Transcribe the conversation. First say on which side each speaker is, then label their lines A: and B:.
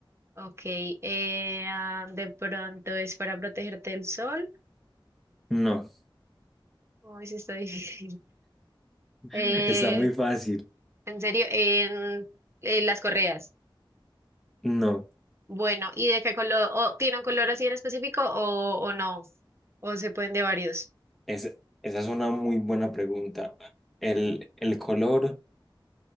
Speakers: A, on the right; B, in the centre.
A: Ok, eh, ah, ¿de pronto es para protegerte del sol?
B: no.
A: Uy, sí está difícil. <laughs>
B: <laughs>
A: Eh,
B: Está muy fácil.
A: En serio, en, en las correas.
B: No.
A: Bueno, ¿y de qué color? o ¿tiene un color así en específico o, o no? ¿O se pueden de varios?
B: Es, esa es una muy buena pregunta. El, el color